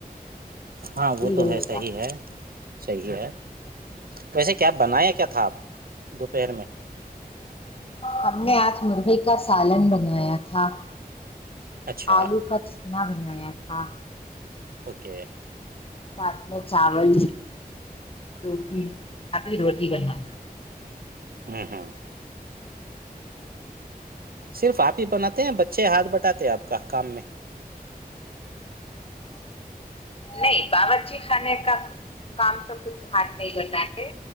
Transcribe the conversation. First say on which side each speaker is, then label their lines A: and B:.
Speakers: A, on the right; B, on the left.
A: ہاں وہ تو
B: رہے
A: ہے صحیح
B: گا
A: ہے صحیح ہے ویسے کیا بنایا کیا تھا آپ دوپہر میں
B: ہم نے آج مرغی کا سالن بنایا تھا
A: اچھا
B: آلو کا اتنا بنایا تھا
A: اوکے
B: سات میں چاول دوٹی آنی روٹی بنا
A: ہاں ہاں
B: <inaudible>
A: صرف آپ ہی بناتے ہیں بچے ہاتھ بٹاتے ہیں آپ کا کام میں
B: نہیں باورچی خانے کا کام تو کچھ ہات نہیں بن ہے